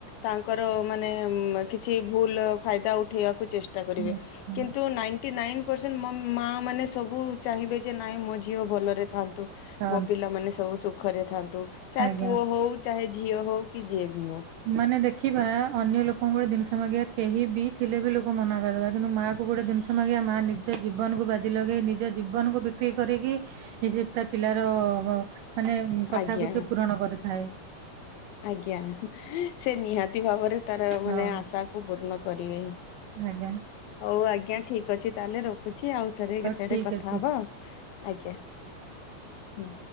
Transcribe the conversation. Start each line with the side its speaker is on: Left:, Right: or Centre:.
Left: ତାଙ୍କର ମାନେ କିଛି ଭୁଲ ଫାଇଦା ଉଠେଇବାକୁ। <unintelligible>
Right: ଆଛା
Left: ସବୁ ଚାହିଁବେ ଯେ ନାଇଁ ମୋ ଝିଅ ଭଲରେ ଥାନ୍ତୁ
Right: ଖାଆନ୍ତୁ
Left: ମୋ ପିଲାମାନେ ସବୁ ସୁଖରେ ଥା ନ୍ତୁ
Right: ଆଜ୍ଞା
Left: ପୁଅ ହଉ ଚାହେ ଝିଅ ହଉ କି ବି।
Right: ମାନେ ଦେଖିବା ଅନ୍ୟ <unintelligible> କେହି ବି ଥିଲେ ବି ଲୋକ ମନା କରିଦବା କିନ୍ତୁ ମାଆ କୁ ଗୋଟେ ଜିନିଷ ମାଗିବା ମା ନିଜ ଜୀବନକୁ ବାଜି ଲଗେଇ ନିଜ ଜୀବନକୁ ବିକ୍ରି କରିକି ଏ ତା ପିଲାର ମାନେ କଥାକୁ
Left: ଆଜ୍ଞା
Right: ସେ ପୂରଣ କରିଥାଏ।
Left: ଆଜ୍ଞା ସେ ନିହାତି ଭାବରେ ତାର ମାନେ
Right: ହଁ
Left: ଆଶା କ ପୂର୍ଣ କରିବେ
Right: ଆଜ୍ଞା
Left: ହଉ ଆଜ୍ଞା ଠିକ ଅଛି। ତାହେଲେ ରଖୁଛି ଆଉ ଥରେ
Right: ହଉ
Left: କେତେ
Right: ଠିକ
Left: ଗଟେ କଥା
Right: ଅଛି
Left: ହବ ଆ ଆଜ୍ଞା। ହୁଁ।